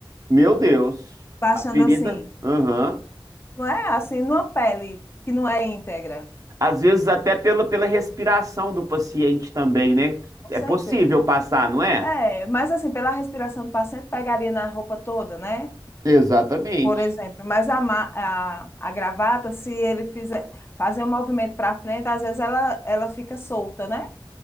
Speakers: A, on the right; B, on the left.
A: Meu Deus.
B: baixando
A: A ferida?
B: assim,
A: Aham.
B: não é? Assim, numa pele que não é íntegra.
A: Às vezes até pela, pela respiração do paciente também, né?
B: Com
A: É
B: certeza.
A: possível passar, não é?
B: É, mas assim, pela respiração do paciente, pegaria na roupa toda, né?
A: Exatamente.
B: Por exemplo, mas a, ma- a, a gravata, se ele fizer fazer um movimento para frente, às vezes ela, ela fica solta, né?